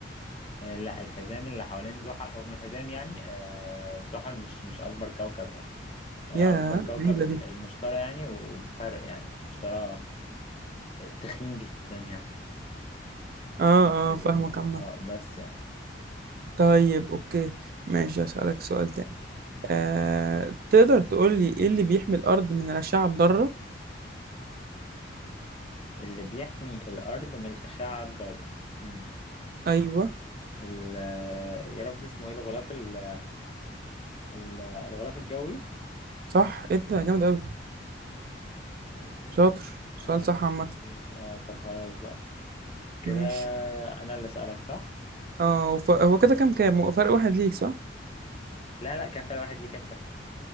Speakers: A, on the left; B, on the right.
A: آه، لا الحزام اللي حوالين زحل رغم الحزام يعني آه، زحل مش مش أكبر كوكب يعني آه،
B: يا
A: أكبر كوكب
B: غريبة
A: ال-
B: دي
A: المشتري يعني وبفرق يعني المشتري آه، تخين جدا يعني
B: اه
A: زي ما بيقولوا
B: اه فاهمك
A: يعني
B: عامة
A: اه بس يعني
B: طيب اوكي ماشي أسألك سؤال تاني آه، تقدر تقول لي ايه اللي بيحمي الارض من الاشعه الضاره
A: اللي بيحمي الأرض من الأشعة الضارة هم.
B: ايوه
A: ال- آه، يا رب اسمه ايه الغلاف ال- ال- الغلاف الجوي
B: صح ايه ده جامد قوي
A: ماشي
B: شاطر
A: اه
B: سؤال صح عامه
A: لذيذ اه طب خلاص بقى كده
B: ماشي
A: انا اللي اسالك صح
B: اه وف... هو كده كام كام هو فرق واحد ليك صح
A: لا لا كفى واحد ليك انت